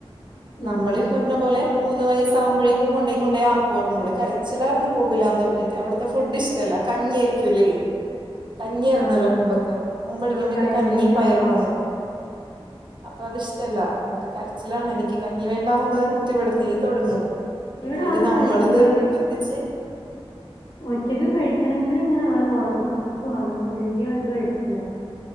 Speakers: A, on the right; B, on the left.
A: നമ്മള്
B: ആ
A: ഇപറഞ്ഞ
B: ശരി
A: പോലെ മൂന്ന് വയസ്സ് ആകുമ്പോഴേക്കും കൊണ്ടോയി കൊണ്ടോയി ആക്കുവാർന്നു ഇവിടെ കരച്ചിലായിരുന്നു പോവുല്ലാന്ന് പറഞ്ഞിട്ട് അവിടുത്തെ ഫുഡ് ഇഷ് ടല്ല കഞ്ഞിരിക്കുല്ലേ കഞ്ഞിയാർന്നല്ലോ
B: ആഹ്
A: മുമ്പൊക്കെ മോൻ പഠിക്കുമ്പോക്കെ
B: ആ പയറ്
A: കഞ്ഞിം
B: കഞ്ഞിയൊക്കെയോ
A: പയറും ആണ് അപ്പോ അത് ഇഷ്ടല്ല എന്നിട്ട് കരച്ചിലാണ് എനിക്ക് കഞ്ഞി വേണ്ടാന്ന് പറഞ്ഞിട്ട് ഇവിടന്നേ തോടങ്ങും
B: ഇവിടെ
A: എന്നിട്ട്
B: ആള്
A: നമ്മള്
B: കഴിക്കൂട്ടോ
A: നിർബന്ധിച്ച്
B: ഒറ്റക്ക് ഒറ്റക്ക് കഴിക്കണെങ്കില് ഇങ്ങനെ ആള് വേണം മക്കക്ക് വേണം ഇല്ലെങ്കിൽ ഒറ്റക്ക് കഴിക്കൂല